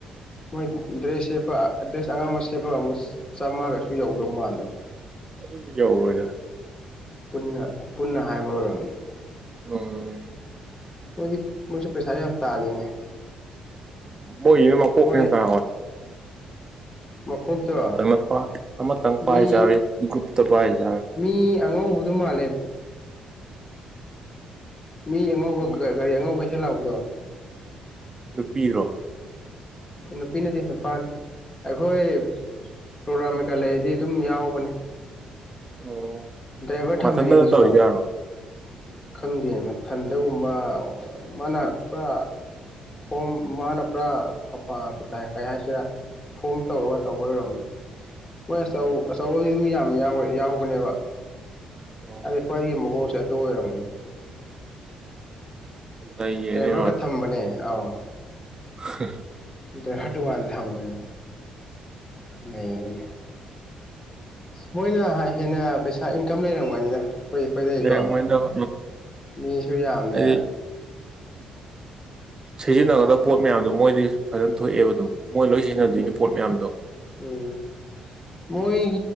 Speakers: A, on the left; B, on the right.
A: ꯃꯣꯏ
B: ꯑꯣ
A: ꯗ꯭ꯔꯦꯁꯁꯦꯄ ꯑꯦꯗ꯭ꯔꯦꯁ ꯑꯉꯥꯡꯕ ꯁꯦꯝꯦꯄꯒ ꯑꯃꯨꯛ ꯆꯥꯝꯃꯉꯥꯒꯁꯨ ꯌꯧꯗꯧ ꯃꯥꯟꯗꯕ
B: ꯑꯗꯨ ꯑꯗꯨꯗꯤ ꯌꯥꯎꯕꯖ
A: ꯄꯨꯟꯅ ꯄꯨꯟꯅ ꯍꯥꯏꯕ ꯑꯣꯏꯔꯝꯅꯤ
B: ꯎꯝ
A: ꯃꯣꯏꯗꯤ ꯃꯣꯏꯁꯨ ꯄꯩꯁꯥ ꯌꯥꯝ ꯇꯥꯜꯂꯤꯅꯦ
B: ꯃꯣꯏꯃ ꯀꯣ
A: ꯃꯣꯏ
B: ꯀ ꯀ
A: ꯃꯀꯣꯛꯇꯣ
B: ꯑꯃꯇꯪ ꯑꯃ ꯑꯃꯇꯪ
A: ꯃꯤ
B: ꯄꯥꯏꯖꯔꯦ ꯒ꯭ꯔꯨꯞꯇ ꯄꯥꯏꯖꯔꯦ
A: ꯃꯤ ꯑꯉꯧꯕꯗ ꯃꯥꯜꯂꯦ
B: <unintelligible>
A: ꯃꯤ ꯑꯉꯧꯕ
B: ꯃꯤ
A: ꯒꯥꯔꯤ ꯑꯉꯧꯕ ꯍꯦꯛ ꯂꯥꯛꯕꯗꯣ
B: ꯅꯨꯄꯤꯔꯣ
A: ꯅꯨꯄꯤꯅꯗꯤ ꯅꯨꯄꯥꯅꯤ ꯑꯩꯈꯣꯏ ꯄ꯭ꯔꯣꯒ꯭ꯔꯥꯝ ꯀꯩꯀꯥ ꯂꯩꯗꯤ ꯑꯗꯨꯝ ꯌꯥꯎꯕꯅꯦ
B: ꯑꯣ
A: ꯗ꯭ꯔꯥꯏꯚꯔ ꯊꯝꯝꯕꯅꯦ
B: ꯃꯊꯟꯇꯅ
A: ꯑꯗꯨꯁꯨ
B: ꯇꯧꯔꯤꯖꯥꯔꯣ ꯑꯣ
A: ꯈꯪꯗꯦ ꯃꯊꯟꯗꯒꯨꯝꯕ ꯃꯥꯅ ꯄꯨꯔꯥ ꯐꯣꯝ ꯃꯥꯅ ꯄꯨꯔꯥꯥꯏ ꯀ ꯍꯥꯏꯁꯤꯔꯥ ꯐꯣꯝ ꯇꯧꯔꯒ ꯇꯧꯕꯔꯝꯅꯤ ꯍꯣꯏ ꯑꯆꯧ
B: ꯑꯣ
A: ꯑꯆꯧꯕꯁꯤꯗꯨ ꯌꯥꯝ ꯌꯥꯋꯦ ꯌꯥꯎꯕꯅꯦꯕ
B: ꯑꯣ
A: ꯑꯗ ꯈ꯭ꯋꯥꯏꯗꯒꯤ ꯃꯒꯡꯁꯦ ꯑꯗꯨ ꯑꯣꯏꯔꯝꯒꯅꯤ
B: ꯅꯩꯔꯦꯅꯦ
A: ꯗ꯭ꯔꯥꯏꯚꯔꯒ ꯊꯝꯕꯅꯦ ꯑꯥꯎ
B: ꯍ
A: ꯗ꯭ꯔꯍ ꯇꯉꯥꯟꯅ ꯊꯝꯒꯅꯤ ꯂꯩꯒꯅꯤ ꯃꯣꯏꯅ ꯍꯦꯟꯅ ꯄꯩꯁꯥ ꯏꯟꯀꯝ ꯂꯩꯔꯝꯒꯅꯤꯗ ꯑꯩꯈꯣꯏ ꯑꯩꯈꯣꯏꯗꯀꯣ
B: ꯂꯩꯔꯝꯃꯣꯏꯗ ꯑ
A: ꯃꯤꯁꯨ ꯌꯥꯝꯃꯦ
B: ꯑꯩꯗꯤ ꯁꯤꯖꯤꯟꯅꯒꯗꯕ
A: ꯑꯩꯈꯣꯏ
B: ꯄꯣꯠ ꯃꯌꯥꯝꯗꯣ ꯃꯣꯏꯗꯤ ꯐꯖꯅ ꯊꯣꯛꯑꯦꯕ ꯑꯗꯨꯝ ꯃꯣꯏ ꯂꯣꯏ ꯁꯤꯖꯤꯟꯅꯗꯣꯏꯅꯤ
A: ꯎꯝ
B: ꯄꯣꯠ ꯃꯌꯥꯝꯗꯣ
A: ꯎꯝ ꯃꯣꯏ